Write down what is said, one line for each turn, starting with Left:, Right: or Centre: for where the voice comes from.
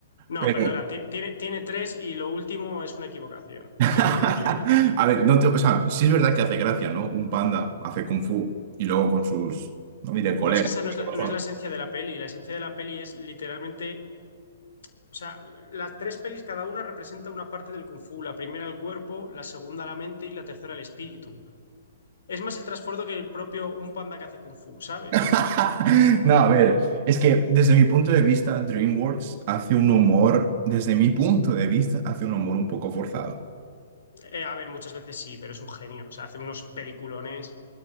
Left: No,
Right: Pero.
Left: perdona, ti- tiene, tiene tres y lo último es una equivocación.
Right: <laughs>
Left: Eso es lo que tiene.
Right: A ver, no te- o sea, sí es verdad que hace gracia, ¿no? Un panda hace kung fu y luego con sus. No diré colegas.
Left: Pero es que esa
Right: porque
Left: no es la,
Right: como
Left: no
Right: son.
Left: es la esencia de la peli. La esencia de la peli es literalmente, o sea, la- las tres pelis cada una representa una parte del kung fu. La primera el cuerpo, la segunda la mente y la tercera el espíritu. Es más el trasfondo que el propio un panda que hace kung fu, ¿sabes?
Right: <laughs> No, a ver, es que desde mi punto de vista, DreamWorks hace un humor, desde mi punto de vista, hace un humor un poco forzado.
Left: Eh, a ver, muchas veces sí, pero es un genio. O sea, hace unos peliculones.